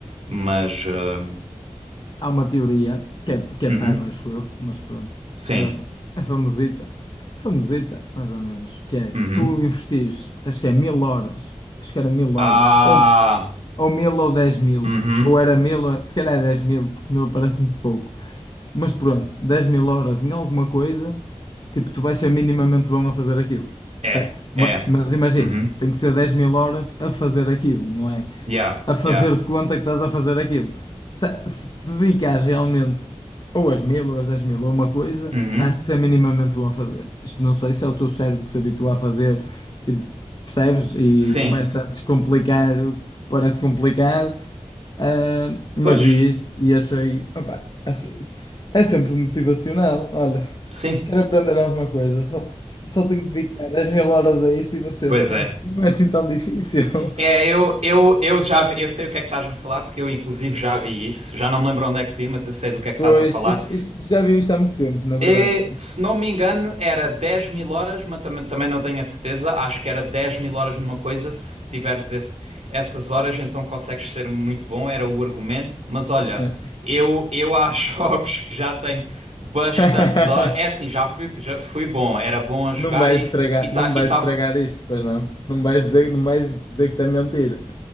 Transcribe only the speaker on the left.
Há uma teoria que é, que é
parva, acho eu, mas pronto.
Era, fa- é famosita. Famosita, mais ou menos. Que é,
se tu investires, acho que é mil horas, acho que era mil
horas, ou ou mil ou dez mil.
Ou era mil, ou- se calhar é dez mil, porque mil parece muito pouco. Mas pronto, dez mil horas em alguma coisa, tipo, tu vais ser minimamente bom a fazer aquilo. perce-
Ma-
Mas imagina,
tem que ser dez mil horas a fazer aquilo, não é?
A fazer
de conta que estás a fazer aquilo. Ta- Se te dedicares realmente. Ou as mil, ou as dez mil, ou uma coisa,
has de ser minimamente bom a fazer. Isto não sei se é o teu cérebro que se habitua a fazer e de- percebes e
começa a descomplicar o que parece complicado. Ah, mas
vi isto e achei, opá, é, se- é sempre motivacional. Olha,
quero aprender alguma coisa, só, só tenho que dedicar dez mil horas a isto e vou ser
bom.
Não é assim tão difícil. <laughs>
Pois,
isto, isto- já vi isto há muito tempo, na verdade.
É.
<laughs>
Não me vais
estragar, não me vais
estragar isto, pois não. Não me vais dizer, não me vais dizer que isto é mentira.